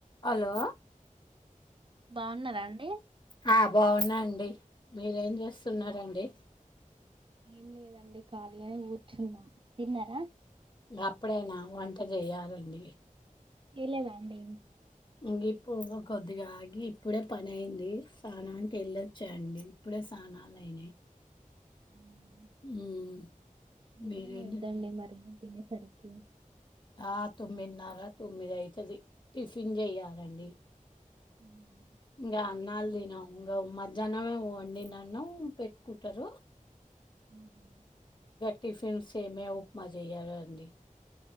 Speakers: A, on the left; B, on the right.
A: హలో
B: బావున్నారా అండి?
A: ఆ బావున్నా అండి మీరేం చేస్తున్నారండి?
B: ఏం లేదండి ఖాళీగానే అని కూర్చున్నాం. తిన్నారా?
A: అప్పుడేనా వంట చేయాలండి
B: కెలేదండి
A: ఇ ఇప్పుదు కో అదిగాగి ఇప్పుడే పని అయింది. స్నానానికి వెళ్ళొచ్చాండి ఇప్పుడే స్నానాలు అయినాయి.
B: ఉమ్
A: ఉమ్
B: ఇదేమయిద్దండి
A: మీరేం చే-
B: మరి తినేసరికి
A: ఆ తొమ్మిదిన్నర తొమ్మిది అయితది టిఫిన్ చెయ్యాలండి
B: ఉ
A: ఇంగ అన్నాలు తినం గ మద్ మధ్యాహ్నమే వండిన అన్నం పెట్టుకుంటారు
B: ఆ హ
A: టిఫిన్స్ సేమ్యా ఉప్మా చేయాలండి